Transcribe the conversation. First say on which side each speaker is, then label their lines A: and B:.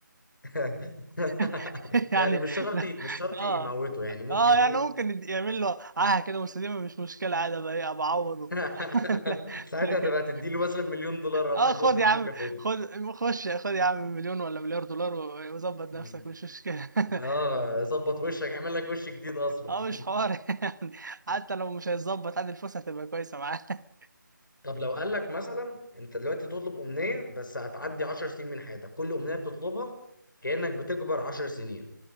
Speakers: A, on the left; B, on the right.
A: <laughs>
B: <laughs> يعني
A: يعني مش شرط مش شرط
B: اه
A: يموته يعني ممكن
B: اه يعني
A: ايه
B: ممكن يد- يعمل له اه كده مستديمه مش مشكله عادي بقى ايه بعوضه
A: <laughs>
B: <laughs> لا-
A: ساعتها
B: لكن
A: تبقى تديله مثلا مليون دولار ولا
B: اه
A: حاجه
B: خد
A: قول له
B: يا
A: دي
B: عم
A: مكافأتك
B: خد خش خد يا عم مليون ولا مليار دولار و- وظبط نفسك
A: <laughs>
B: مش مشكله <laughs>
A: اه ظبط وشك اعمل لك وش جديد اصلا
B: اه
A: <laughs>
B: مش حوار <laughs> يعني حتى لو مش هيتظبط عادي الفلوس هتبقى كويسه معاه
A: طب لو قال لك مثلا انت دلوقتي تطلب امنيه بس هتعدي 10 سنين من حياتك كل امنيه بتطلبها كانك بتكبر 10 سنين